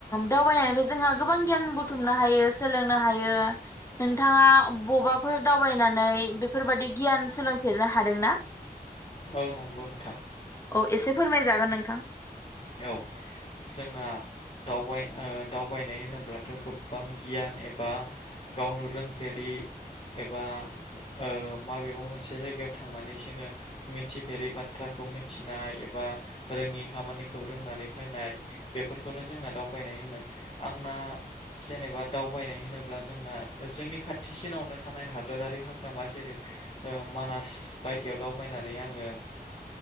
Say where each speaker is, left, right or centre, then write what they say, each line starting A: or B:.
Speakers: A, on the left (about 20°); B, on the left (about 45°).
A: दावबायनायनैबो जोंहा गोबां गियान बुथुमना हायो सोलोंनो हायो हायो नोंथाङा बबाफोर दावबायनानै बेफोरबादि गियान सोलोंफेरनो हादोंना?
B: औ नंगौ नोंथां
A: औ एसे फोरमायजागोन नोंथां
B: औ जोंना दावबाय ओ दावबायनाय होनोब्लाथ गोबां गियान एबा गावनो रोंफेरि एबा ओ माबेबा मोनसे जायगायाव थांनानै जोङो मिथिफेरि बाथ्राखौ मिथिनाय एबा रोङै खामानि खौ रोंनानै फैनाय बेफोरखौनो जोंना दावबायनाय होनो आंना सेनेबा दावबायनाय होनोब्ला जोंना जोंनि खाथिसिनावनो थानाय हादोरारि हाग्रामा जेरै ओ मानास बायदियाव दावबायनानै आङो